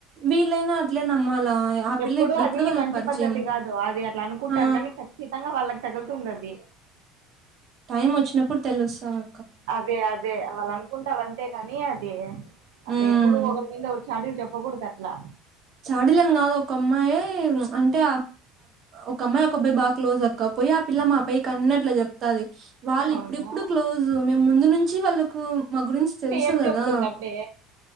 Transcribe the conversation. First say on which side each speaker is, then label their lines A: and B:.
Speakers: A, on the right; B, on the right.
A: వీళ్ళైనా అట్లే నమ్మాలా ఆ పిల్ల
B: ఎప్పుడు,
A: ఇప్పుడు ఇప్పుడు
B: అది
A: వాళ్ళకి
B: మంచి
A: పరిచయం
B: పద్ధతి గాదు, అది అట్లా అనుకుంటారు.
A: ఆ
B: గానీ ఖచ్చితంగా వాళ్ళకి తగులుతుండది.
A: టైమ్ వచ్చినప్పుడు తెలుస్తాది.
B: అదే అదే వాళ్ళ అనుకుంటారు. అంతేగాని అదే అట్లా
A: ఉమ్
B: ఎప్పుడు ఒకరి మీద చాడీలు చెప్పకూడదు. అట్లా
A: చాడీలని గాదు, ఒక అమ్మాయి అంటే, ఒక అమ్మాయి ఒక అబ్బాయి బాగా క్లోజ్ అక్క పోయి ఆ పిల్లం మా పై కన్నెట్ల చెప్తాది వాళ్ళు
B: అవునా
A: ఇప్పుడిప్పుడు క్లోజ్ మేము ముందు నుంచి వాళ్ళకు మా గురించి
B: అంటే
A: తెలుసు
B: ఏం
A: కదా
B: చెప్తుంది అప్పుడే